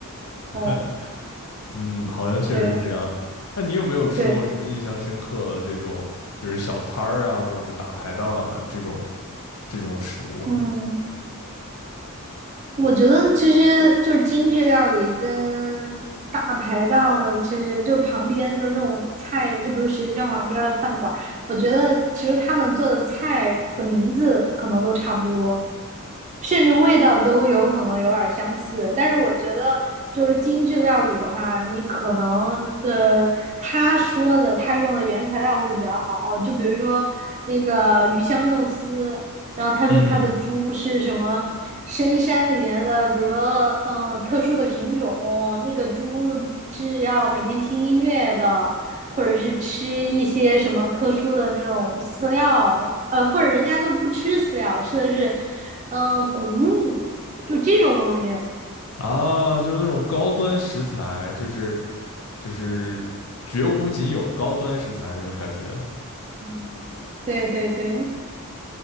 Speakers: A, on the right; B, on the left.
A: 哦，
B: <laughs>。嗯，好像确实是这样。
A: 对
B: 那你有没有吃过什么印象深刻的这种，
A: 对，
B: 就是小摊儿啊，或者说大排档啊这种这种食物呢？
A: 嗯。我觉得其实就是精致料理跟大排档的，其实就旁边就是那种菜，就不是学校旁边的饭馆。我觉得其实他们做的菜的名字可能都差不多，甚至味道都有可能有点相似。但是我觉得就是精致料理的话，你可能呃他说的他用的原材料会比较好，就比如说那个鱼香肉丝。然后他说他的猪是什么深山里面的，
B: 嗯
A: 比如说嗯、呃特殊的品种，那个猪是要每天听音乐的，或者是吃一些什么特殊的那种饲料，呃，或者人家都不吃饲料，吃的是嗯、呃谷物，就这种东西。
B: 啊，就是那种高端食材，就是就是绝无仅有高端食材那种感觉。
A: 嗯，对对对，